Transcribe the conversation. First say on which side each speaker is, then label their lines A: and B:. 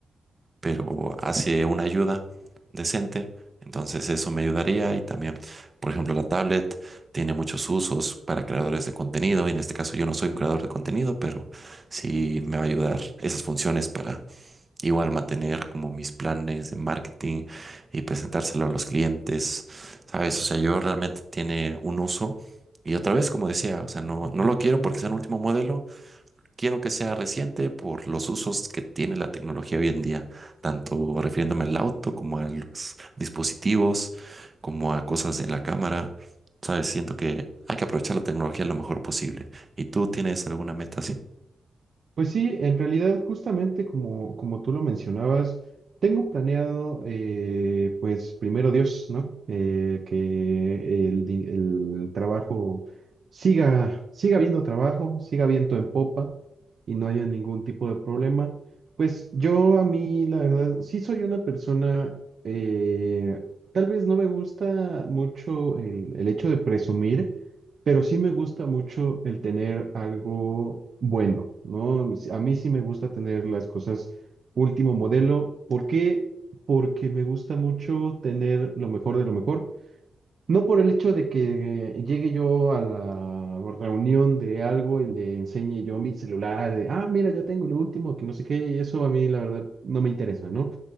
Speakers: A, on the right; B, on the right.
A: pero hace una ayuda decente. Entonces eso me ayudaría y también, por ejemplo, la tablet tiene muchos usos para creadores de contenido y en este caso yo no soy un creador de contenido, pero sí me va a ayudar esas funciones para Igual mantener como mis planes de marketing y presentárselo a los clientes, ¿sabes? O sea, yo realmente tiene un uso. Y otra vez, como decía, o sea, no, no lo quiero porque sea un último modelo, quiero que sea reciente por los usos que tiene la tecnología hoy en día, tanto refiriéndome al auto como a los dispositivos, como a cosas de la cámara, ¿sabes? Siento que hay que aprovechar la tecnología lo mejor posible. ¿Y tú tienes alguna meta así?
B: Pues sí, en realidad, justamente como, como tú lo mencionabas, tengo planeado, eh, pues primero Dios, ¿no? Eh, que el, di- el trabajo siga, siga habiendo trabajo, siga viento en popa y no haya ningún tipo de problema. Pues yo a mí, la verdad, sí soy una persona, eh, tal vez no me gusta mucho el el hecho de presumir. Pero sí me gusta mucho el tener algo bueno, ¿no? A mí sí me gusta tener las cosas último modelo. ¿Por qué? Porque me gusta mucho tener lo mejor de lo mejor. No por el hecho de que llegue yo a la reunión de algo y le enseñe yo mi celular, de, ah, mira, ya tengo lo último, que no sé qué, y eso a mí la verdad no me interesa, ¿no?